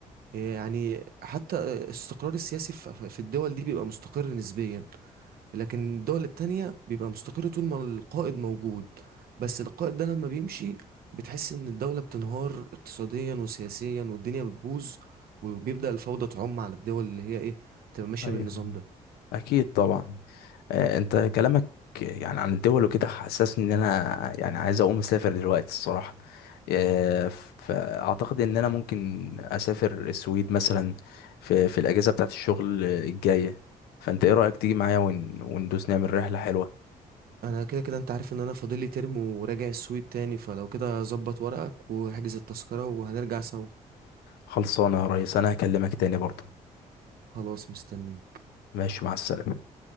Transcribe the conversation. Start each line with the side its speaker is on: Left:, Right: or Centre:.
Right: يعني حتى الاستقرار السياسي في في الدول دي بيبقى مستقر نسبيا لكن الدول التانية بيبقى مستقر طول ما القائد موجود بس القائد ده لما بيمشي بتحس ان الدولة بتنهار اقتصاديا وسياسيا والدنيا بتبوظ وبيبدأ الفوضى تعم على الدول اللي هي ايه تبقى ماشية
Left: ايوه
Right: بالنظام ده
Left: اكيد طبعا آه، انت كلامك يعني عن الدول وكده حسسني ان انا يعني عايز اقوم اسافر دلوقتي الصراحه آه، فاعتقد ان انا ممكن اسافر السويد مثلا في في الاجازه بتاعت الشغل الجايه فانت ايه رايك تيجي معايا ون- وندوس نعمل رحله حلوه
Right: انا كده كده انت عارف ان انا فاضلي ترم وراجع السويد تاني فلو كده ظبط ورقك واحجز التذكرة وهنرجع سوا
Left: خلصانه يا ريس انا هكلمك تاني برضه
Right: خلاص مستنيك
Left: ماشي مع السلامه